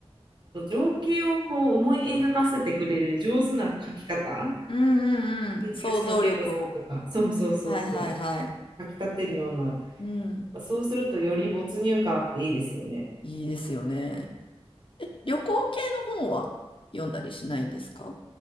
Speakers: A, on the right; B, on the left.
A: 情景をこう思い描かせてくれる上手な描き方。
B: うんうんうん。想像力を。
A: 東野圭吾さんとか。そうそうそうそう。
B: はいはいはい。
A: 描き立てるような。
B: うん。
A: そうするとより没入感あっていいですよね。
B: いいですよね。え、旅行系の本は読んだりしないんですか